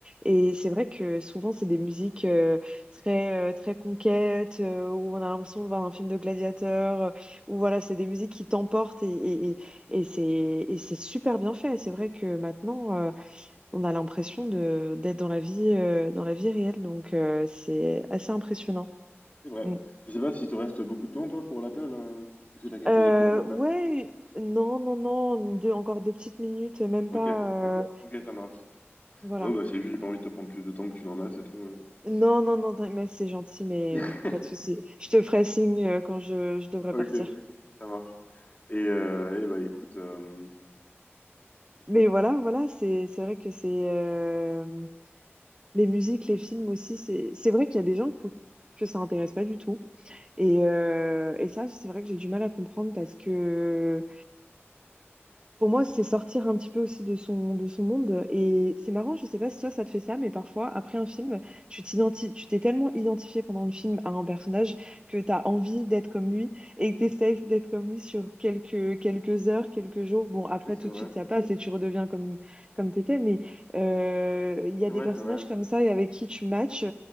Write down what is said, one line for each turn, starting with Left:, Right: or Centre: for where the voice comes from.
Right: Et c'est vrai que souvent, c'est des musiques euh, très, euh, très conquêtes, euh, où on a l'impression de voir un film de gladiateur, euh, où voilà, c'est des musiques qui t'emportent et, et, et, et c'est, et c'est super bien fait. C'est vrai que maintenant, euh, on a l'impression de, d'être dans la vie, euh, dans la vie réelle, donc euh, c'est assez impressionnant.
Left: C'est vrai.
Right: Mm.
Left: Je sais pas si te reste beaucoup de temps, toi, pour l'appel. euh. Est-ce que t'as quelque
Right: Euh,
Left: chose de prévu après?
Right: ouais, non, non, non, deux, encore deux petites minutes, même
Left: Ok,
Right: pas. euh,
Left: ok, ça marche.
Right: voilà.
Left: Bon, bah, c'est juste, j'ai pas envie de te prendre plus de temps que tu n'en as, c'est tout. euh.
Right: Non, non, non, t'in- mais c'est gentil, mais
Left: <laughs>
Right: pas de souci. Je te ferai signe euh, quand je, je devrais
Left: Ok,
Right: partir.
Left: ça marche. Et, euh, eh bah, écoute. euh,
Right: Mais voilà, voilà, c'est c'est vrai que c'est euh, les musiques, les films aussi, c'est c'est vrai qu'il y a des gens pour que ça intéresse pas du tout. Et, euh, et ça, c'est vrai que j'ai du mal à comprendre parce que Pour moi, c'est sortir un petit peu aussi de son, de son monde. Et c'est marrant, je sais pas si toi ça te fait ça, mais parfois, après un film, tu t'identi- tu t'es tellement identifié pendant le film à un personnage que tu as envie d'être comme lui et que t'essayes d'être comme lui sur quelques, quelques heures, quelques jours. Bon, après,
Left: Oui,
Right: tout
Left: c'est vrai.
Right: de suite, ça passe et tu redeviens comme, comme t'étais. Mais euh, il y
Left: C'est
Right: a des
Left: vrai,
Right: personnages
Left: c'est vrai.
Right: comme ça et avec qui tu matches.